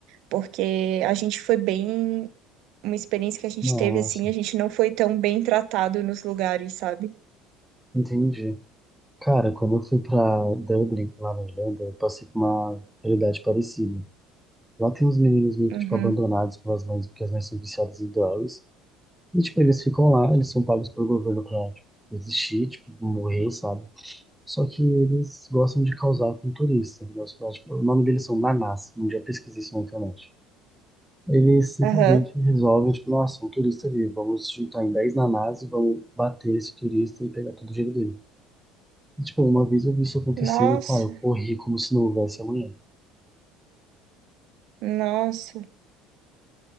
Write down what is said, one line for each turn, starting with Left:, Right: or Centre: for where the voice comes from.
Right: porque a gente foi bem uma experiência que a gente
Centre: Nossa,
Right: teve assim, a gente não foi tão bem tratado nos lugares, sabe?
Centre: entendi. Cara, quando eu fui pra Dublin, lá na Irlanda, eu passei por uma realidade parecida. Lá tem uns meninos meio
Right: Uhum.
Centre: que, tipo, abandonados pelas mães, porque as mães são viciadas em drogas. E, tipo, eles ficam lá, eles são pagos pelo governo pra, tipo, existir, tipo, morrer, sabe? Só que eles gostam de causar com turista. Eles gostam de falar, tipo, o nome deles são Nanás, um dia eu pesquisei isso na internet. Eles simplesmente
Right: Aham.
Centre: resolvem, tipo, nossa, um turista ali, vamos juntar em 10 nanás e vamos bater esse turista e pegar todo o dinheiro dele. E, tipo, uma vez eu vi isso acontecendo,
Right: Nossa,
Centre: cara, eu corri como se não houvesse amanhã.
Right: nossa.